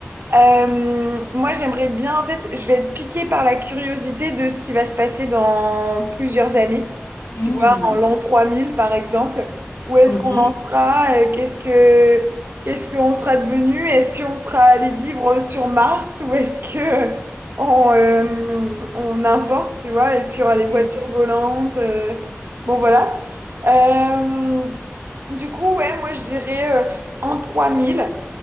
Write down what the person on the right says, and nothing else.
Euh, moi, j'aimerais bien, en fait, je vais être piquée par la curiosité de ce qui va se passer dans plusieurs années.
Tu vois, en l'an 3000, par exemple. Où est-ce
qu'on en sera? Euh, Qu'est-ce que, qu'est-ce qu'on sera devenu? Est-ce qu'on sera allé vivre sur Mars ou est-ce que on, euh, on importe, tu vois? Est-ce qu'il y aura des voitures
volantes? Euh, bon, voilà. Euh, du coup, ouais, moi, je dirais euh, en 3000.